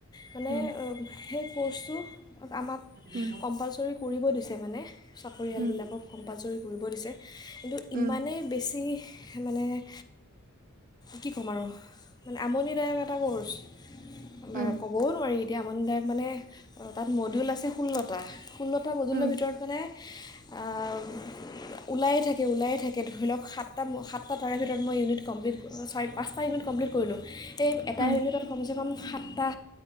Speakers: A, on the left; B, on the right.
A: মানে
B: উম
A: আ, সেই কৰ্চটো আমাক
B: উম
A: কম্পালচৰি কৰিব দিছে মানে। চাকৰিয়ালবিলাকক
B: উম
A: কম্পালচৰি কৰি ছে কিন্তু ইমানেই
B: উম
A: বেছি মানে আ কি ক'ম আৰু মানে আমনিদায়ক এটা ক'ৰ্চ মানে
B: উম
A: ক'বও নোৱাৰি। তিয়া আমনদায়ক মানে অ', তাত মডুল আছে ষোল্ল। টাহ। ষোল্লটা মডুলৰ
B: উম
A: ভিতৰত মানে হিচ আহ ওলায়ে থাকে, ওলায়ে থাকে ধৰি লওক সাত- সাতটা তাৰে ভিতৰত মই ইউনিট কমপ্লিট চাৰি পাঁচটা ইউনিট কমপ্লিট কৰিলোঁ। তে এটাই
B: উম
A: ৰেণু তাত সংযো প্ৰথম সাতটা,